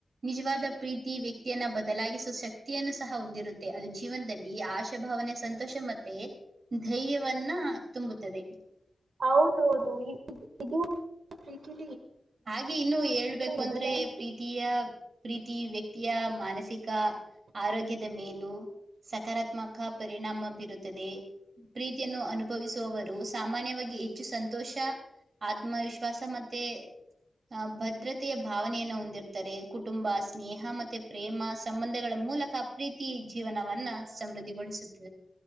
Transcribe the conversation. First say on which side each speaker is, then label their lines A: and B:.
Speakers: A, on the right; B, on the right.
A: ನಿಜವಾದ ಪ್ರೀತಿ ವ್ಯಕ್ತಿಯನ್ನ ಬದಲಾಗಿಸುವ ಶಕ್ತಿಯನ್ನು ಸಹ ಹೊಂದಿರುತ್ತೆ ಅದು ಜೀವನದಲ್ಲಿ ಆಶಾಭಾವನೆ ಸಂತೋಷ ಮತ್ತೆ ಧೈರ್ಯವನ್ನ ತುಂಬುತ್ತದೆ
B: ಹೌದೌದು ಇದುೀತಿ
A: ಹಾಗೆ ಇನ್ನು ಹೇಳ್ಬೇಕು
B: ಬದಲಾಯಿಸ
A: ಅಂದ್ರೆ ಪ್ರೀತಿಯ ಪ್ರೀತಿ ವ್ಯಕ್ತಿಯ ಮಾನಸಿಕ. ಆರೋಗ್ಯದ ಮೇಲೂ ಸಕಾರಾತ್ಮಕ ಪರಿಣಾಮ ಬೀರುತ್ ಪ್ರೀತಿಯನ್ನು ಅನುಭವಿಸುವವರು ಸಾಮಾನ್ಯವಾಗಿ ಹೆಚ್ಚು ಸಂತ ತೋಷ ಆತ್ಮವಿಶ್ವಾಸ ಮತ್ತೆ. ಆ ಭದ್ರತೆಯ ಭಾವನೆಯನ್ನು ಹೊಂದಿರ್ತ್ತಾರೆ, ಕುಟುಂಬ ಸ್ನೇಹ ಮತ್ತೆ ಪ್ರೇಮ ಸಂಬಂಧಗಳ ಮೂಲಕ ಪ್ರೀತಿ ಜೀವನವನ್ನ ಸಮೃದ್ಧಿಗೊಳಿಸು